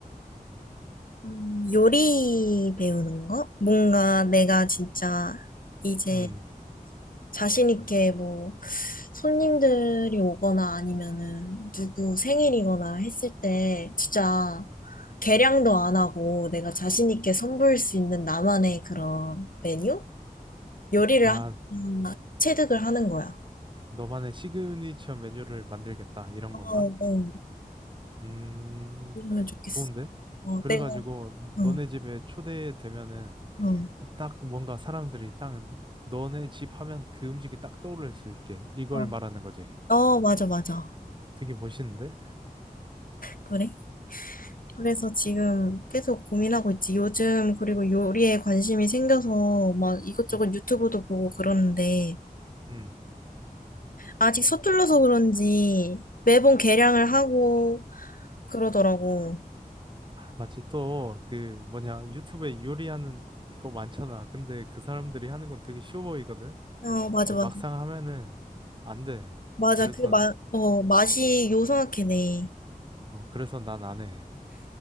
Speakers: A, on the left; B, on the right.
A: 음, 요리 배우는 거? 뭔가 내가 진짜 이제
B: 음.
A: 자신 있게 뭐 손님들이 오거나 아니면은 누구 생일이거나 했을 때 진짜 계량도 안 하고 내가 자신 있게 선보일 수 있는 나만의 그런 메뉴? 요리를
B: 아,
A: 하, 음, 체득을 하는 거야.
B: 너만의 시그니처 메뉴를 만들겠다 이런
A: 어,
B: 건가?
A: 어,
B: 음,
A: 그러면 좋겠어.
B: 좋은데?
A: 어,
B: 그래가지고
A: 내가, 응,
B: 너네 집에 초대되면은
A: 응,
B: 딱 뭔가 사람들이 딱 너네 집 하면 그 음식이 딱 떠오를 수 있게 이걸
A: 어,
B: 말하는 거지.
A: 어, 맞아, 맞아.
B: 되게 멋있는데?
A: 그래? 그래서 지금 계속 고민하고 있지. 요즘 그리고 요리에 관심이 생겨서 막 이것저것
B: 음,
A: 유튜브도 보고 그러는데
B: 음.
A: 아직 서툴러서 그런지 매번 개량을 하고 그러더라고.
B: 마치 또 그 뭐냐 유튜브에 요리하는 거 많잖아. 근데 그 사람들이 하는 건 되게 쉬워 보이거든.
A: 아, 맞아,
B: 근데
A: 맞아.
B: 막상 하면은 안 돼.
A: 맞아.
B: 그래서
A: 그 맛, 어, 맛이 요상하게네.
B: 어, 그래서 난 안 해.